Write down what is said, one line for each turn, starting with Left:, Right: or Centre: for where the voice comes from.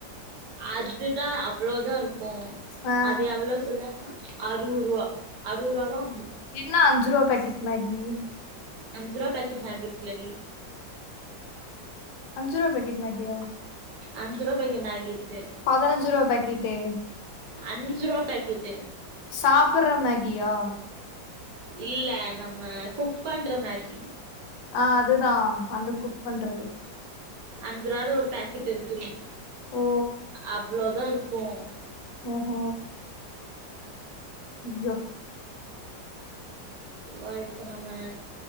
Right: அதுதா அவ்ளோதா இருக்கு
Left: ஆ
Right: அது எவ்ளோ சொல்வாங்க அறுவரூவா அறுவரூவால்லா
Left: என்ன அஞ்சு ரூபா பேக்கெட் மேகி
Right: அஞ்சு ரூவா பேக்கெட் மேகி இருக்குலடி
Left: அஞ்சு ரூவா பேக்கெட்டு மேகியா
Right: அஞ்சு ரூவா பேக்கெட் மேகி இருக்கு
Left: பதினஞ்சு ரூவா பாக்கெட்டு
Right: அஞ்சு ரூவா பேக்கெட்டு
Left: சாப்புட்ற மேகியா
Right: இல்ல நம்ம குக் க் பண்ற மேகி
Left: ஆஹ் அதுதா வந்து குக் பண்றது
Right: அஞ்சு ரூவாது ஒரு பேக்கெட் இருக்குடி
Left: ஓ
Right: அவ்ளோதா இருக்கும்
Left: ஓஹோ அய்யோ
Right: பொதுவா இதுக்கு நம்ம